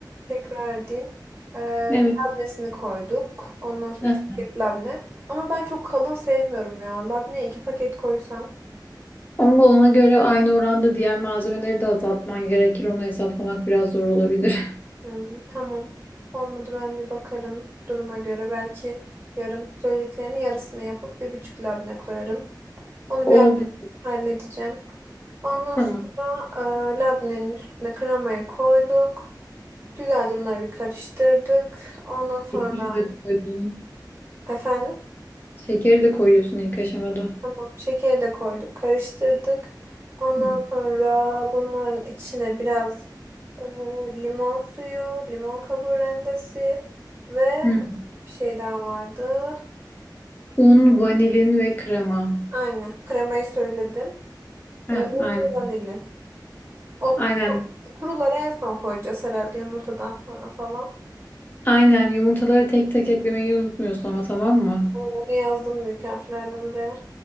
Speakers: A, on the right; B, on the left.
A: Tekrar edeyim. Ee,
B: Evet.
A: labnesini koyduk. Ondan sonra
B: Heh.
A: 3 paket labne. Ama ben çok kalın sevmiyorum ya. Labneye 2 paket koysam.
B: Ama ona göre aynı oranda diğer malzemeleri de azaltman gerekir. Onu hesaplamak biraz zor olabilir. <laughs>
A: Hmm, tamam. Olmadı ben bir bakarım duruma göre. Belki yarım söylediklerinin yarısını yapıp bir buçuk labne koyarım. Onu
B: Olabilir.
A: bir ara halledeceğim. Ondan
B: Tamam.
A: sonra e, labnenin üstüne kremayı koyduk. Güzelce bunları bir karıştırdık. Ondan sonra
B: Şekeri de koydun.
A: efendim.
B: Şekeri de koyuyorsun ilk aşamada.
A: Tamam, şekeri de koyduk, karıştırdık. Ondan
B: Hı.
A: sonra bunların içine biraz e, limon suyu, limon kabuğu rendesi ve
B: Hı.
A: bir şey daha vardı.
B: Un, vanilin ve krema.
A: Aynen, kremayı söyledim.
B: Heh,
A: E, un
B: aynen.
A: ve vanilin. O
B: Aynen.
A: kuru- kuruları en son koyacağız herhalde yumurtadan sonra falan.
B: Aynen yumurtaları tek tek eklemeyi unutmuyorsun ama tamam mı?
A: Ama onu yazdım büyük harflerle buraya.